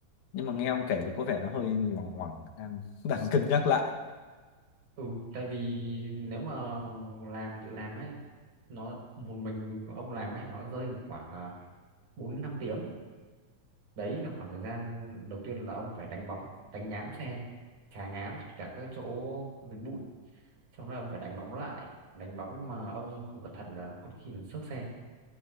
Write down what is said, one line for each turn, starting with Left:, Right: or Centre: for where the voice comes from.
Left: nhưng mà nghe ông kể thì có vẻ nó hơi loằng ngoằng đang <laughs> đang cân nhắc lại
Right: ừ tại vì nếu mà làm tự làm ấy nó một mình ông làm ấy nó rơi vào khoảng à, bốn năm tiếng đấy là khoảng thời gian đầu tiên là ông phải đánh bóng đánh nhám xe chà nhám tất cả các chỗ dính bụi xong rồi ông phải đánh bóng lại đánh bóng mà ông không cẩn thận là có khi còn xước xe